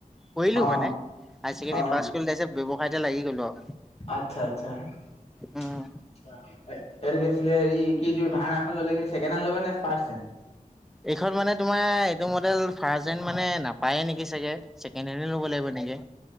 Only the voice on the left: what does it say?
অ
অ
আচ্ছা আচ্ছা <unintelligible>
এ হেৰি কি তুমি ভাৰ্ণাখন ল'লে ছেকেণ্ডহেণ্ড লব নে ফাৰ্ষ্ট হেণ্ড?